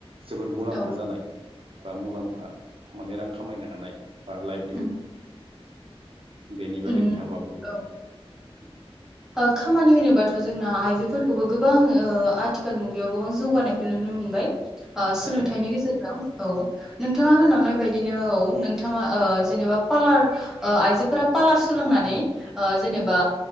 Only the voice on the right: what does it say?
जोबोर मुलाम्फा
जानाय बा मुलाम्फा माने रां खामायनो हानाय बा लाइभलिहुद
बेनि बागै
नोंथाङा मा बुङो
थारैनो